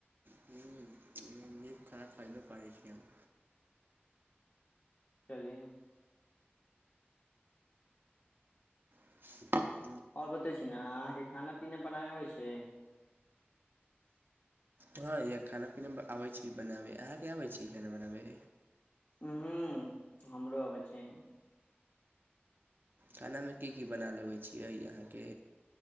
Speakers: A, on the right; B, on the left.
A: ह्म नीक खाना खयबे करै छी हम।
B: कली
A: <inaudible>
B: आओर बतै छी ने अहाँके खाना पीना बनाबै अबै छै।
A: हँ य खाना पीना आबै छी बनाबै अहाँके आबै छी खाना बनाबै।
B: हू हमरो अबै छै।
A: खानामे की की बना लेबै छियै अहाँके